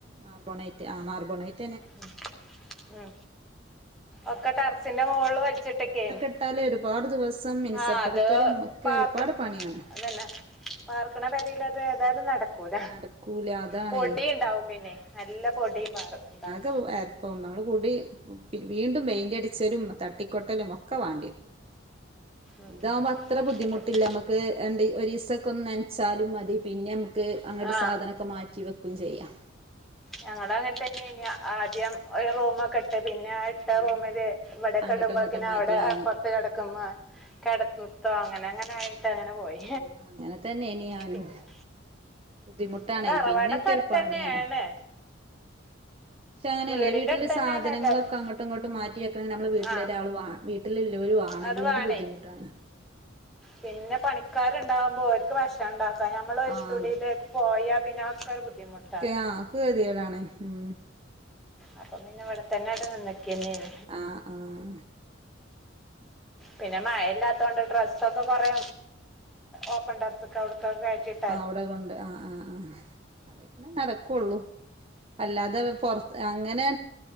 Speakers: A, on the right (about 30°); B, in the centre.
A: മർബോൺ യിറ്റ് ആ മർബോൺ ഐറ്റ്
B: ഉ ഉ ഒക്കെ ടെറസിന്റെ മുകളിൽ വലിച്ചിട്ടൊക്കയിന്
A: ട്ടാല ഒരുപാട് ദിവസം മിനുസപ്പെടുത്തലും
B: ആ അത്
A: ഒക്കെ
B: പാർക്ക
A: ഒരുപാട് പണിയാണ്
B: അന്നെ പാർക്കണ പരിൽ അത് ഏതായാലും നടക്ക
A: നടക്കൂല അതാണേ
B: പൊടിയ ഉണ്ടാവും പിന്നെ നല്ല പൊടിയും മാറ ഉണ്ടാവും
A: <unintelligible> ഏഹ് ഒന്നാള് കൂടി വീണ്ടും പെയിന്റ് അടിച്ചലും തട്ടിക്കൊട്ടലും ഒക്കെ വാണ്ടിവെരും ഉം
B: ഉം
A: ഇതാവുമ്പോ അത്ര ബുദ്ധിമുട്ടില്ല
B: അതന്നെ
A: നമുക്ക് ഒരീസം ഒക്കെ മ്മക്ക് നനച്ചാലും മതി പിന്നെ അങ്ങട്ട്
B: ആ
A: സാധനക്കെ മാറ്റിവെക്കും ചെയ്യാം
B: ഞങ്ങൾ അങ്ങനെ തന്നെ ആയിനിം ആദ്യം ഒരു റൂമൊക്കെ ഇട്ട് പിന്നെ ഇട്ട
A: ആ
B: റൂമില് ഇവിടെ
A: അങ്ങട്ടും
B: ഇടുമ്പോഴക്കെ
A: ഇങ്ങോട്ടും മാറ്റി
B: അവിടെ
A: ആ
B: അപ്പുറത്ത് കിടക്കുമ്പോ കിടക്കത്തോ അങ്ങനെ അങ്ങനെ ആയിട്ട് അങ്ങനെ പോയി
A: ആ അങ്ങനെ തന്നെ യിനിം ഞാനും
B: പിന്നെ
A: ബുദ്ധിമുട്ടാണയ്
B: പിന്നെ തറവാടൊക്കെ
A: പിന്നക്കെ ഒരു
B: അടുത്ത്
A: ഒരു പണിയാണ്
B: തന്നെയാണ്
A: പക്ഷെ അങ്ങനെയല്ലേ
B: വീടിൻ്റെ
A: വീട്ടില്
B: അടുത്ത് തന്നെയാണ്
A: സാധനങ്ങളൊക്കെ
B: എല്ലാവരും
A: അങ്ങട്ടും ഇങ്ങോട്ട് മാറ്റിവെക്കെ നമ്മള് വീട്ടിൽ
B: ആ
A: ഒരാൾ വാണം വീട്ടിൽ ഇല്ലൊരു വാണം
B: അത്
A: ഇല്ലെങ്കിൽ
B: വേണേ
A: ബുദ്ധിമുട്ടാണ്
B: പിന്നെ പണിക്കാര്ണ്ടാവുമ്പോ ഓര്ക്ക് ഭക്ഷണം <unintelligible> ഉണ്ടാക്കാ നമ്മൾ ഒരുത്തുടിയിലേക്ക്
A: ആഹ്
B: പോയാ പിന്നെ ഒക്കൊ ഒരു ബുദ്ധിമുട്ട്
A: ഓക്കെ ആ ഓക്കെ കേദേടാണ് ഉം
B: അപ്പൊ പിന്നെ ഇവിടെ തന്നെ അങ്ങട്ട് നിന്നക്കെനിം
A: ആഹ് ആഹ്
B: പിന്നെ മഴയില്ലാത്തോണ്ട് ഡ്രസ്സൊക്കെ കുറേ ഓപ്പൺ ഡ്രസ്സ് ഒക്കെ അവിടുക്കൊക്കെ കഴറ്റിവെച്ച്
A: ആ അവിടെ കൊണ്ട് ആ ആഹ് ആ അതൊക്കനെ നടക്കുള്ളൂ അല്ലാതെപൊറത്ത്
B: ഉം
A: അങ്ങനെ